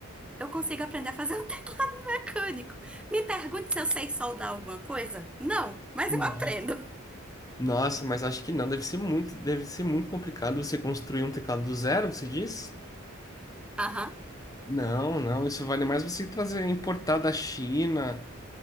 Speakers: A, in the centre; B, on the left (about 15°).
A: eu consigo aprender a fazer um <laughs> teclado mecânico. Me pergunte se eu sei soldar alguma coisa? Não, mas
B: Nossa.
A: eu aprendo.
B: Nossa, mas acho que não, deve ser muito, deve ser muito complicado você construir um teclado do zero, você diz?
A: Aham.
B: Não, não, isso vale mais você trazer, importar da China,